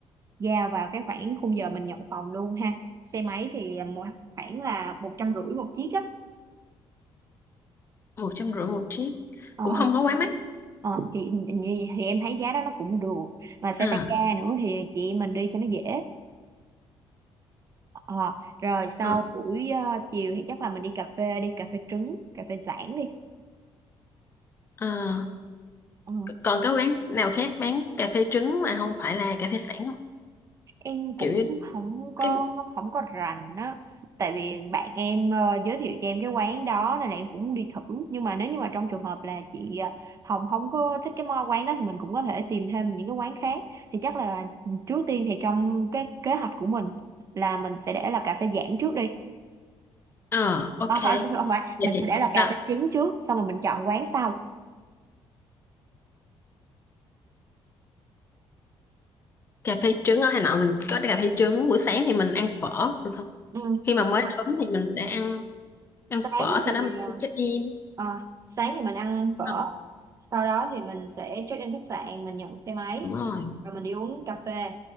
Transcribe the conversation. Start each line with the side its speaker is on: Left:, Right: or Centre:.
Right: giao vào cái khoảng khung giờ mình nhận phòng luôn ha. Xe máy thì mo- khoảng là một trăm rưỡi một chiếc á.
Left: một trăm rưỡi một chiếc
Right: Ờ,
Left: cũng không có quá mắc
Right: ờ, thì, thì thì em thấy giá đó nó cũng được mà xe
Left: à,
Right: tay ga nữa thì chị em mình đi cho nó dễ Ờ, rồi sau
Left: ờ,
Right: buổi ờ, chiều thì chắc là mình đi cà phê đi cà phê trứng cà phê Giảng đi
Left: ờ.
Right: Ờ,
Left: còn cái quán nào khác bán cà phê trứng mà không phải là cà phê sẵn không
Right: em cũng
Left: kiểu như
Right: không có
Left: cái
Right: không có rành á tại vì bạn em ờ, giới thiệu cho em cái quán đó nên là em cũng muốn đi thử nhưng mà nếu như mà trong trường hợp là chị ờ, Hồng không có thích cái mo quán đó thì mình cũng có thể tìm thêm những cái quán khác thì chắc là trước tiên thì trong cái kế hoạch của mình là mình sẽ để là cà phê Giảng trước đi
Left: ờ ok
Right: Ờ, <laughs> không phải
Left: vậy
Right: mình
Left: thì
Right: sẽ để là cà
Left: đó
Right: phê trứng trước xong rồi mình chọn quán sau
Left: cà phê trứng ở Hà Nội mình có cà phê trứng buổi sáng thì mình ăn phở được không
Right: Ừ,
Left: khi mà
Right: đúng
Left: mới
Right: rồi.
Left: đến thì mình sẽ ăn
Right: sáng
Left: ăn phở
Right: thì
Left: sau đó mình sẽ đi check in
Right: à, sáng thì mình ăn phở
Left: Ờ,
Right: sau đó thì mình sẽ check in khách sạn mình nhận xe máy
Left: đúng rồi
Right: rồi mình đi uống cà phê